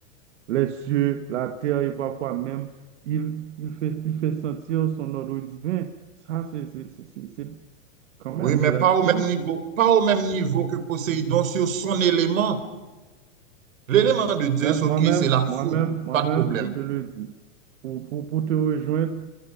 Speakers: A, on the right; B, on the right.
A: les cieux, la terre et parfois même, il, il fait, il fait sentir son ordre divin. Ça, c'est c'est- c'est- c'est- c'est- quand
B: Oui,
A: même,
B: mais
A: c'est la
B: pas
A: différence.
B: au même niveau, pas au même niveau que Poséidon sur son élément. L'élément de Zeus,
A: Mais
B: ok,
A: moi-même,
B: c'est la
A: moi-même,
B: foudre,
A: moi-même,
B: pas de problème.
A: je te le dis, pour, pour, pour te rejoindre,